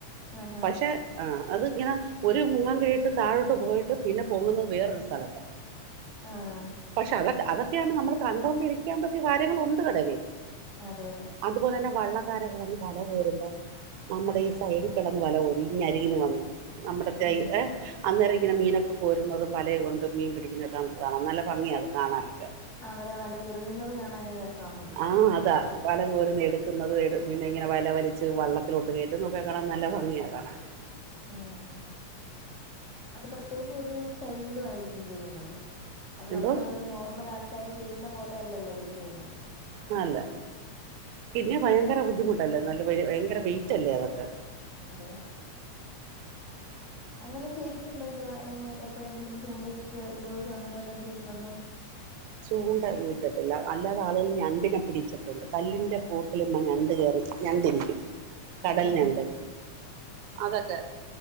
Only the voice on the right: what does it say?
പക്ഷെ ആ അത് ഇങ്ങനെ ഒരു മുങ്ങാൻ കിഴിയിട്ട് താഴോട്ട് പോയിട്ട് പിന്നെ പോങ്ങുന്നത് വേറൊരു സ്ഥലത്താ <unintelligible>
പക്ഷെ അതൊ അതൊക്കെയാണ് നമ്മൾ കണ്ടൊണ്ടിരിക്കാൻ പറ്റിയ കാര്യങ്ങൾ ഉണ്ട് കടലിൽ.
അതുപോല ഞ വള്ളക്കാരൊക്കെ വന്ന് വല കോരുമ്പം നമ്മുടെ ഈ സൈഡിൽ കിടന്ന് വല കോരും ഇ അരികന്ന് വന്നു. നമ്മടത്തെ
ഏ അന്നേര ഇങ്ങനെ മീനൊക്കെ കോരുന്നതും വലയം കൊണ്ട് മീൻ പിടിക്കുന്നൊക്കെ നമുക്ക് കാണാം നല്ല ഭംഗിയാത് കാണാനൊക്കെ.
ആ അതാ വല കോരുന്ന് എടുക്കുന്നത് എ പിന്നെ ഇങ്ങനെ വല വലിച്ച് വള്ളത്തിലോട്ട് കയറ്റ <unintelligible> നൊകാൻ നല്ല ഭംഗിയാണ് കാണാൻ.
എന്തോ
ആ അല്ല പിന്നെ ഭയങ്കര ബുദ്ധിമുട്ടല്ലേ <unintelligible> നല്ല ഭയങ്കര വെയിറ്റ് അല്ലേ അതൊക്കെ.
<inaudible>
ചൂണ്ടയൊന്നും ഇട്ടിട്ടില്ല അല്ലാതെ ആളുകൾ ഞണ്ടിനെ പിടിച്ചിട്ടുണ്ട് കല്ലിൻ്റെ പൂട്ടിലും ആ ഞണ്ട് കയറി ഞണ്ടിരിക്കും
കടൽ ഞണ്ട് അതൊക്കെ